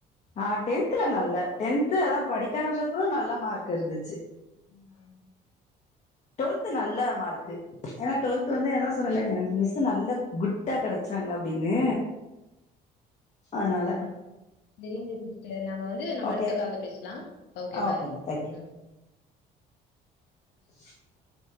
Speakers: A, on the left (about 40°); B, on the left (about 80°).
A: ஆ டென்த்ல நல்ல டென்து அதா படிக்க ஆரம்ச்ச அப்ரோ நல்ல மார்க் இருந்துச்சு
B: ம்
A: ட்டொல்த் நல்ல மார்க்கு ஏன்னா ட்டொல்த்து வந்து அதா சொன்னல எனக்கு மிஸ்ஸு நல்லா குட்டா கெடச்சாங்க அப்டின்னு அதனால
B: தெரியுது சிஸ்டர் நாம வந்து நம்ம
A: ஓகே
B: அடுத்த கால்ல பேசிக்லா ஓகே
A: ஓகேமா
B: பாய்
A: தேங்க்யூ
B: ம்
A: <inaudible>